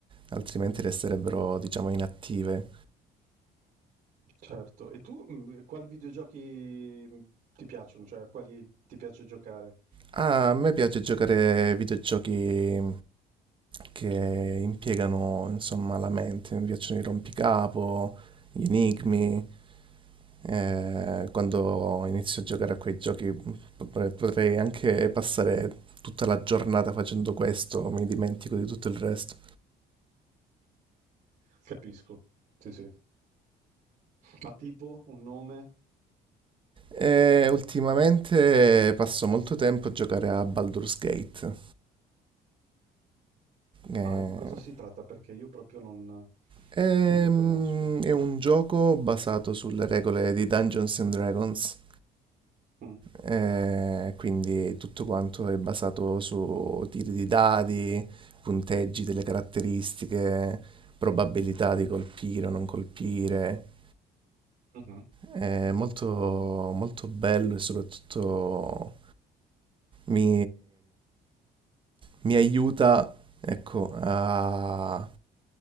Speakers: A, on the right; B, on the right.
A: altrimenti resterebbero, diciamo, inattive.
B: Certo. E tu mh, quali videogiochi mh, ti piacciono? Cioè, a quali ti piace giocare?
A: Ah, A me piace giocare ai videogiochi che impiegano, insomma, la mente. Mi piacciono i rompicapo, gli enigmi. Eh, quando inizio a giocare a quei giochi potrei potrei anche passare tutta la giornata facendo questo, mi dimentico di tutto il resto.
B: Capisco. Sì, sì. Ma tipo un nome?
A: E ultimamente passo molto tempo a giocare a Baldur's Gate. Eh,
B: Ah, di cosa si tratta? Perché io proprio non, non
A: ehm,
B: lo conosco.
A: è un gioco basato sulle regole di Dungeons and Dragons,
B: Mm,
A: eh, quindi tutto quanto è basato su tiri di dadi, punteggi delle caratteristiche, probabilità di colpire o non colpire.
B: mhm.
A: È molto, molto bello e soprattutto mi, mi aiuta, ecco, a,